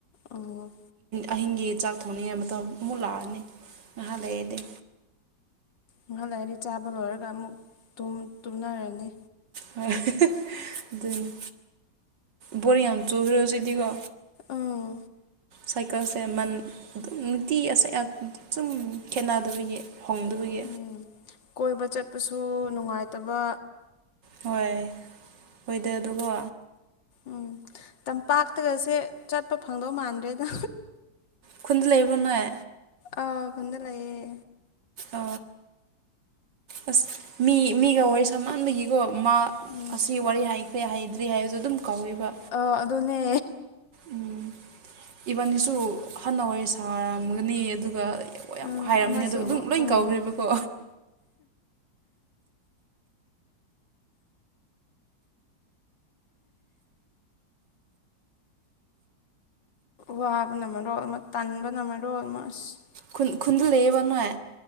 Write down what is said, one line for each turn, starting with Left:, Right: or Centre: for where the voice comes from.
Left: ꯑꯣ
Right: ꯑꯍꯤꯡꯒꯤ ꯆꯥꯛ ꯊꯣꯡꯅꯤꯡꯉꯥꯏ ꯃꯇꯝ ꯑꯃꯨꯛ ꯂꯥꯛꯑꯅꯤ ꯉꯥꯏꯍꯥꯛ ꯂꯩꯔꯗꯤ
Left: ꯉꯍꯥꯛ ꯂꯩꯔꯗꯤ ꯆꯥꯕ ꯂꯣꯏꯔꯒ ꯑꯃꯨꯛ ꯇꯨꯝ ꯇꯨꯝꯅꯔꯅꯤ
Right: <unintelligible> ꯑꯗꯨꯅꯤ ꯕꯣꯔꯤꯡ ꯌꯥꯝ ꯆꯨꯈ꯭ꯔꯁꯤꯗꯤꯀꯣ
Left: ꯎꯝ
Right: ꯁꯥꯏꯀꯜꯁꯦ ꯃꯟ ꯑꯗꯨꯝ ꯅꯨꯡꯇꯤ ꯑꯁ ꯑ ꯁꯨꯝ ꯈꯦꯠꯅꯗꯕꯒꯤ ꯍꯣꯡꯗꯕꯒꯤ
Left: ꯎꯝ ꯀꯣꯏꯕ ꯆꯠꯄꯁꯨ ꯅꯨꯡꯉꯥꯏꯇꯕ
Right: ꯍꯣꯏ ꯍꯣꯏꯗ ꯑꯗꯨꯀꯣ
Left: ꯎꯝ ꯇꯝꯄꯥꯛꯇꯒꯁꯦ ꯆꯠꯄ ꯐꯪꯗꯧ ꯃꯥꯟꯗ꯭ꯔꯦꯗ
Right: ꯈꯨꯟꯗ ꯂꯩꯕ꯭ꯔꯣ ꯅꯣꯏ
Left: ꯑꯥ ꯈꯨꯟꯗ ꯂꯩꯌꯦ
Right: ꯑ ꯑꯁ ꯃꯤ ꯃꯤꯒ ꯋꯥꯔꯤ ꯁꯝꯃꯥꯟꯕꯒꯤ ꯒꯣ ꯃꯥ
Left: ꯎꯝ
Right: ꯑꯁꯤ ꯋꯥꯔꯤ ꯍꯥꯏꯈ꯭ꯔꯦ ꯍꯩꯏꯗ꯭ꯔꯤ ꯍꯥꯏꯕꯁꯨ ꯑꯗꯨꯝ ꯀꯧꯋꯦꯕ
Left: ꯑꯥ ꯑꯗꯨꯅꯦ
Right: ꯎꯝ ꯏꯚꯟꯅꯤꯁꯨ ꯍꯟꯅ ꯋꯥꯔꯤ ꯁꯥꯔꯝꯒꯅꯤ ꯑꯗꯨꯒ ꯍꯣꯏ ꯌꯥꯝ
Left: ꯎꯝ
Right: ꯍꯥꯏꯔꯝꯅꯦ
Left: ꯑꯃꯁꯨ
Right: ꯑꯗꯨ ꯑꯗꯨꯝ
Left: ꯑꯃꯨꯛ
Right: ꯂꯣꯏ
Left: ꯎꯝ
Right: ꯀꯧꯈ꯭ꯔꯦꯕꯀꯣ
Left: ꯋꯥꯕꯅ ꯃꯔꯣꯜ ꯑꯃꯥ ꯇꯟꯕꯅ ꯃꯔ ꯑꯃꯥ ꯑꯁ
Right: ꯈꯨꯟ ꯈꯨꯟꯗꯨ ꯂꯩꯌꯦꯕ ꯅꯣꯏ